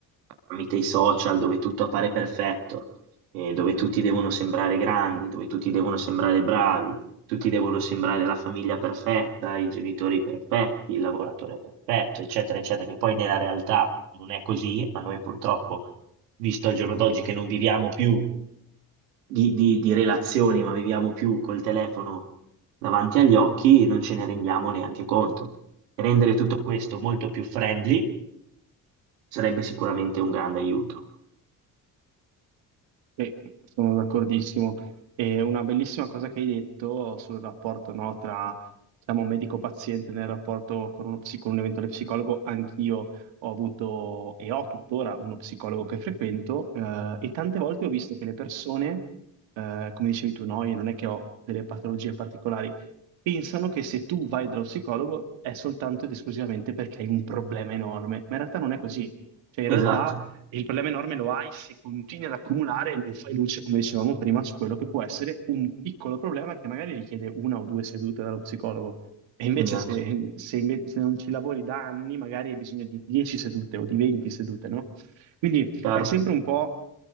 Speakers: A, on the right; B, on the right.
A: tramite i social dove tutto appare perfetto, eh, dove tutti devono sembrare grandi, dove tutti devono sembrare bravi, tutti devono sembrare la famiglia perfetta, i genitori perfetti, il lavoratore perfetto, eccetera, eccetera, che poi nella realtà non è così, ma noi purtroppo, visto al giorno d'oggi che non viviamo più di, di- di relazioni, ma viviamo più col telefono davanti agli occhi, non ce ne rendiamo neanche conto. Rendere tutto questo molto più friendly sarebbe sicuramente un grande aiuto.
B: Sì, sono d'accordissimo. E una bellissima cosa che hai detto sul rapporto, no, tra, diciamo, medico-paziente nel rapporto con uno psi- con un eventuale psicologo, anch'io ho avuto e ho tuttora uno psicologo che frequento, eh, e tante volte ho visto che le persone, eh, come dicevi tu, no, io non è che ho delle patologie particolari, pensano che se tu vai dallo psicologo è soltanto ed esclusivamente perché hai un problema enorme, ma in realtà non è così. Cioè, in realtà
A: Esatto,
B: e il problema enorme lo hai se continui ad accumulare e non fai luce, come dicevamo prima, su quello che può essere un piccolo problema che magari richiede una o due sedute dallo psicologo. E invece
A: esatto,
B: se, se inve- se non ci lavori da anni, magari hai bisogno di 10 sedute o di 20 sedute, no? Quindi
A: chiaro,
B: è sempre un po'